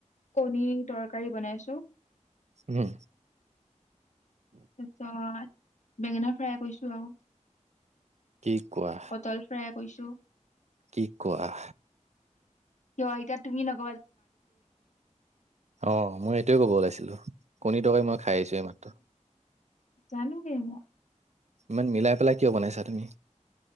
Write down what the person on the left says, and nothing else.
কণী তৰকাৰী বনাইছো।
তাৰপিছত বেঙেনা ফ্ৰাই কৰিছো আৰু।
পটল ফ্ৰাই কৰিছো।
কিয় এতিয়া তুমি নক
জানো এ মই।